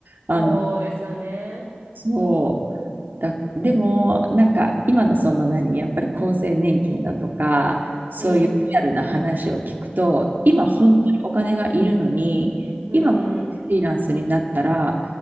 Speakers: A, on the right (about 50°); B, on the right (about 80°).
A: あの、
B: そうですよね。
A: そう。だ、でも、なんか今のその何、やっぱり厚生年金だとか、そういうリアルな話を聞くと、
B: うん。
A: 今本当にお金がいるのに、
B: うん。うんうん
A: 今ここでフリーランスになったら、